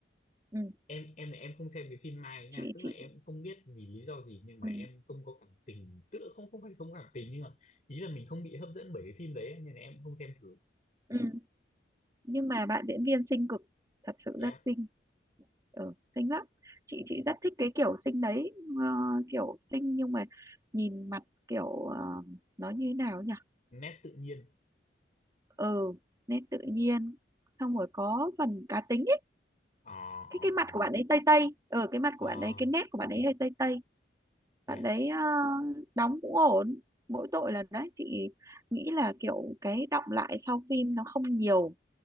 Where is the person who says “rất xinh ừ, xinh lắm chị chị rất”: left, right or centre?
Right